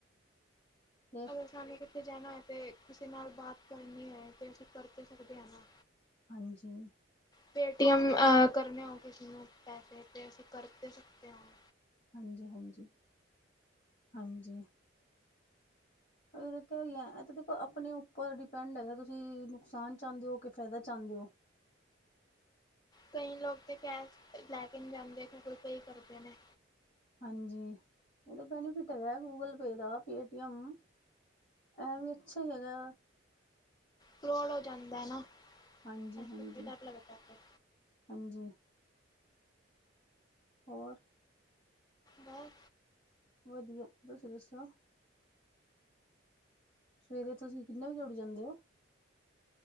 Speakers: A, on the left (about 35°); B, on the left (about 20°).
A: ਤੇ।
B: ਕਿਸ ਨੇ ਕਿੱਥੇ ਜਾਣਾ ਹੈ ਤੇ ਕਿਸੇ ਨਾਲ ਬਾਤ ਕਰਨੀ ਹੈ ਤੇ ਅਸੀਂ ਕਰ ਸਕਦੇ ਹਾਂ ਨਾ।
A: ਹਾਂਜੀ।
B: ਪੇਟੀਐਮ ਅ ਕਰਨੇ ਹੋ ਕਿਸੇ ਨੂੰ ਪੈਸੇ ਤੇ ਅਸੀਂ ਕਰ ਦੇ ਸਕਦੇ ਹਾਂ।
A: ਹਾਂਜੀ-ਹਾਂਜੀ, ਹਾਂਜੀ। ਇਹ ਤਾਂ ਕਿਆ ਹੀ ਹੈ ਇਹ ਤਾਂ ਦੇਖੋ ਆਪਣੇ ਉੱਪਰ ਡਿਪੈਂਡ ਹੈਗਾ ਤੁਸੀਂ ਨੁਕਸਾਨ ਚਾਹੁੰਦੇ ਹੋ ਕਿ ਫਾਇਦਾ ਚਾਹੁੰਦੇ ਹੋ।
B: ਕਈ ਲੋਕ ਤੇ ਕੈਸ ਲੈਕੇ ਨੀ ਜਾਦੇ ਫੇਰ ਗੁਗਲ ਪੇ ਕਰਦੇ ਨੇ।
A: ਹਾਂਜੀ, ਇਹਦਾ ਬੈਨੀਫਿਟ ਹੈਗਾ ਗੂਗਲ ਪੇ ਦਾ ਪੇਟੀਐਮ, ਐ ਵੀ ਅੱਛਾ ਹੀ ਹੈਗਾ।
B: ਫਰੌਡ ਹੋ ਜਾਂਦਾ ਨਾ।
A: ਹਾਂਜੀ-ਹਾਂਜੀ,
B: ਇਸ ਕਰਕੇ ਡਰ ਲੱਗਦਾ ਫਿਰ
A: ਹਾਂਜੀ। ਹੋਰ,
B: ਵਾਹ,
A: ਵਧੀਆ ਤੁਸੀਂ ਦੱਸੋ? ਸਵੇਰੇ ਤੁਸੀਂ ਕਿੰਨੇ ਵਜੇ ਉੱਠ ਜਾਂਦੇ ਹੋ?